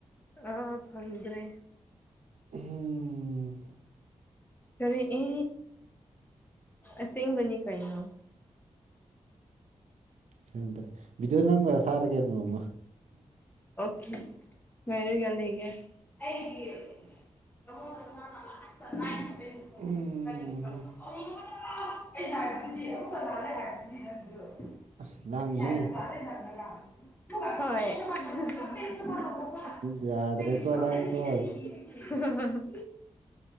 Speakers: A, on the left; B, on the right.
A: ꯑꯥ ꯐꯪꯗ꯭ꯔꯦ
B: ꯎꯝ
A: ꯀꯔꯤ ꯏ ꯑꯁꯦꯡꯕꯅꯤ ꯀꯩꯅꯣ꯫ <unintelligible>
B: ꯈꯪꯗꯔꯦ ꯕꯤꯗꯑꯣ ꯅꯝꯔꯒ ꯊꯥꯔꯒꯦ ꯑꯗꯨꯝ꯫
A: ꯑꯣꯀꯦ ꯉꯥꯏꯔꯒ ꯂꯩꯌꯦ꯫ <unintelligible>
B: ꯎꯝ ꯑꯁ ꯂꯥꯡꯉꯤꯍꯦ
A: <unintelligible> ꯍꯣꯏ <unintelligible> <unintelligible>
B: ꯌꯥꯗ꯭ꯔꯦꯀꯣ ꯅꯪꯀꯣ